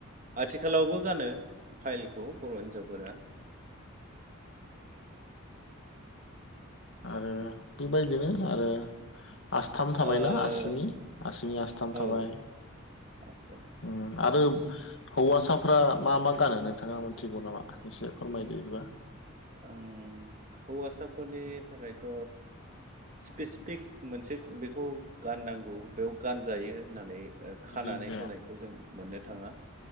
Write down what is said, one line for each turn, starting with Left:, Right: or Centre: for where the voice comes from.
Right: आथिखालावबो गानो फाइलखौ बर' हिनजावफोरा।
Left: आरो बेबायदिनो आरो आसथाम थाबायना
Right: ओ
Left: आसिनि आसिनि आसथाम थाबाय।
Right: औ आसथाम
Left: उम आरो हौवासाफ्रा मा मा गानो नोंथाङा मोनथिगौ नामा एसे फोरमायदो इदिबा?
Right: ओं हौवासाफोरनि थाखायथ स्पेसिफिक मोनसे बेखौ गाननांगौ बेयाव गानजायो होननानै ओ
Left: बिदि
Right: खानानै
Left: जाया
Right: होनायखौ जों मोननो थाङा।